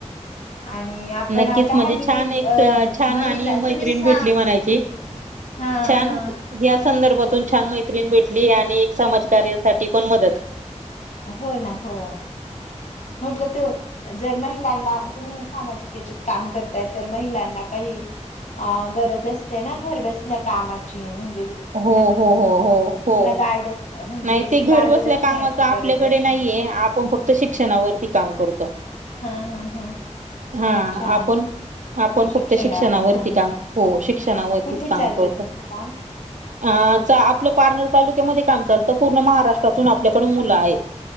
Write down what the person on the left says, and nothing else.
आणि आपण
आता
हल्ली
बी
अ
महिला
तुम्ही स
हा
हा
हो ना हो म्हटलं त जर महिलांना तुम्ही सामाजिकेचेत काम करताय तर महिलांना काही अ गरज असते ना घर बसल्या कामाची म्हण
गायडन म्हणजे
मार्गदर्शनाची
गरज
असते
हा हा हा
अच्छा
शिक्षणावर
हा हा
कुठे
चालतं
तुमचं काम